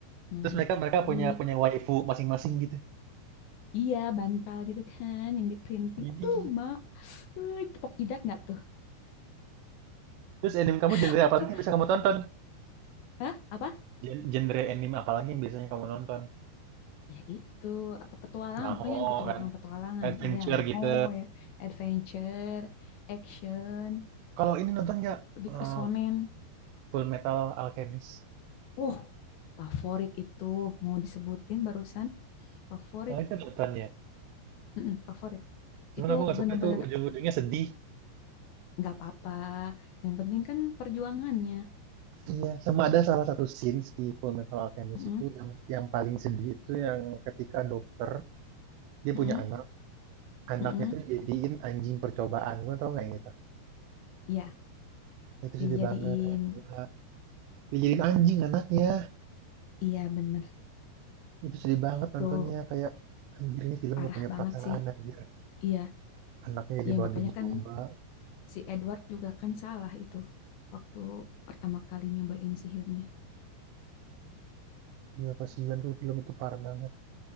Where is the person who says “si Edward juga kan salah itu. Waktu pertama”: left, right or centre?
Left